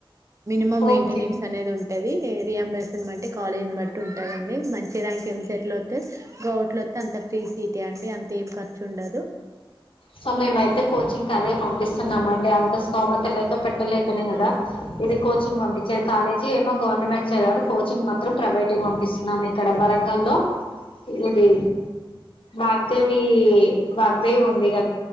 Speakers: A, on the right; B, on the left.
A: మినిమం మెయింటెనెన్స్
B: ఓకే
A: అనేది ఉంట ది రింబర్స్మెంట్ కాలేజ్ ని బట్టి ఉంటదండి. మంచి ర్యాక్ ఎంసెట్ లో గౌట్లు వస్తతే అంత ఫ్రీ సీటే అండి అంత ఏం ఖర్చు ఉండదు.
B: సో మేమైతే కోచింగ్ కు అదే పంపిస్తున్నామ అండి. అంత స్థోమత లేక, పెట్టలేకనే కదా ఇది కోచింగ్ పంపించదికాలేజీ ఏమో గవర్నమెంట్ చదివాడు కోచింగ్ మాత్రం ప్రైవేట్ పంపిస్తున్నాం ఇక్కడ వరంగల్లో ఇది వాగ్దేవి వాగ్దేవి ఉంది గ